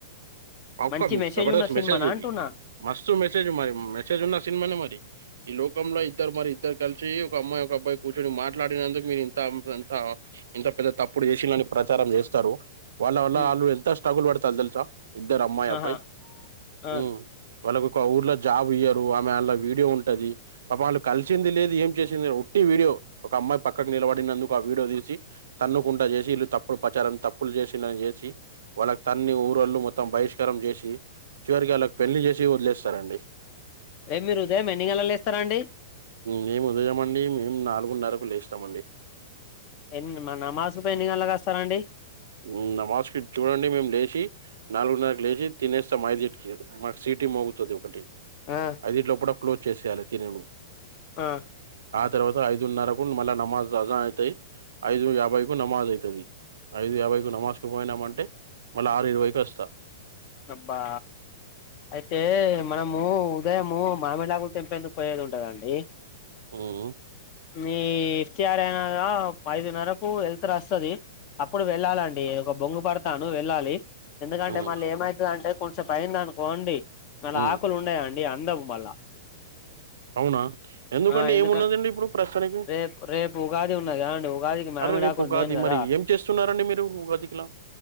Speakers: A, on the right; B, on the left.
A: పక్క
B: మంచి మెసేజ్
A: జబర్దస్
B: ఉన్న సినిమానా
A: మెసజది
B: అంటున్నా
A: మస్తు మెసజ మరి మెసజ ఉన్నా సి సినిన్ మనే మరి ఈ లోకంలో ఇద్దరు మరి ఇద్దరు కలిసి ఒక అమ్మాయి ఒక అబ్బాయి కూర్చొని మాట్లాడినందుకు మీరు ఇంత ఇంత ఇంత పెద్ద తప్పుడు చేసినని ప్రచారం చేస్తారు వాళ్ళ వల్ల
B: హ్మ్
A: వాళ్ళు ఎంత స్ట్రగుల్ పడతారు తెలుసా ఇద్దరు అమ్మాయి
B: ఆహా
A: అబ్బాయి
B: ఆ
A: ఉమ్ వాళ్ళకు ఊర్లో జాబ్ ఇయ్య వడియో ఉంటది కలిసింది లేం చేట్టి వడియో అమాయి పక్క నిలబడిందుడియో తీసి తన్నుకు చేసి తప్పులు పచప్పు చేనిసి పాలు ఊరోళ్ళు మొత్ త్తం బహిష్కారం చేసి చివరికి అళ్ళకి పెళ్లి చేసి వదిలేస్తారండి
B: రేపు మీరు ఉదయం ఎన్నికలలు ఇస్తార అండి
A: మేము ఉదయంమండి మేము నాలుగున్నరకు లేస్తామండి
B: ఎన్ని మన అమాస పైనిగల్ల కాస్తరండి
A: హుమ్ అమస్కి చూడండి మేము లేచి నాలుగున్నరకు లేచి తినేస్తాం ఐదింటికి మాకు సీటి మోగుతది ఒకటి
B: ఆ
A: అదిట్లోప్పుడప్ క్లోజ్ చేసేయాలి వచ్చినప్పుడు
B: ఆ
A: తర్వాత ఐదున్నరకు మళ్ళా నమాజ్ అజా అయితాయి ఐదు యాభై కు నమాజ్ అయితది ఐదు యాభైకు నమజ్ కు పోయినామంటే టే మళ్ళ ఆరు ఇరవై కొస్త
B: అబ్బా అయితే మనము ఉదయము మామిడాకులు తెంపేందుకు పోయేది ఉంటదండి
A: హ్మ్
B: మీ అయినాకా ఐదున్నరకు వెల్తురు వస్తది అప్పుడు వెళ్ళాలండి ఒక బొంగ పడతాను వెళ్ళాలి ఎందుకంటే
A: హ్మ్
B: మళ్ళీ ఏమై అంటే కొంచెం బయిన్ దనుకోండి ఆలా
A: హ్మ్
B: ఆకులు ఉండయా అండి నీ అందం మల్ల
A: అవునా ఎందుకండి
B: ఆ ఎందుక
A: ఏమున్నదండి ఇప్పుడు ప్రస్తుతానికి
B: రేపు రేపు ఉగాది ఉన్నాది కదాండి ఉగాదికి మామిడాకులు
A: అరే రేపు ఉగాది
B: మెయిన్ కదా
A: మరి ఏం చేస్తున్నారండి మీరు ఉగాదికిలా